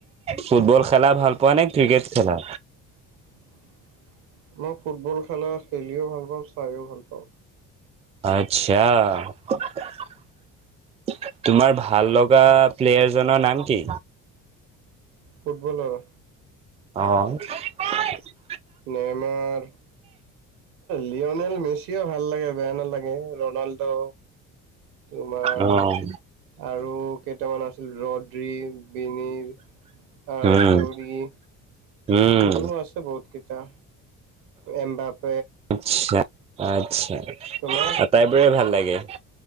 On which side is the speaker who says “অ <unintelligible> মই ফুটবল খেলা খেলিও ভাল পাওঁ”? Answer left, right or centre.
Right